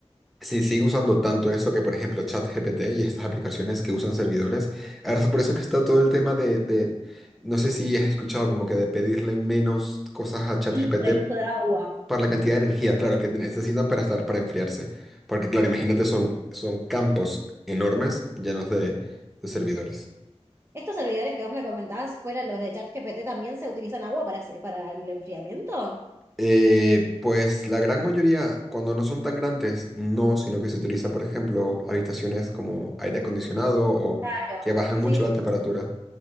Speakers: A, in the centre; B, on the right.
A: si sigue usando tanto esto que, por ejemplo, ChatGPT y estas aplicaciones que usan servidores, ahora es por eso que está todo el tema de, de- no sé si has escuchado, como que de pedirle menos cosas a ChatGPT
B: Sí, por el uso de agua.
A: para la cantidad de energía, claro, que necesitan para estar, para enfriarse. Porque, claro, imagínate, son, son campos enormes llenos de, de servidores.
B: ¿Estos servidores que vos me comentabas, ¿fueran los de ChatGPT, también se utilizan agua para, ese- para el enfriamiento?
A: Eh, pues la gran mayoría, cuando no son tan grandes, no, sino que se utiliza, por ejemplo, habitaciones como aire acondicionado o
B: Claro.
A: que bajan
B: Sí.
A: mucho la temperatura.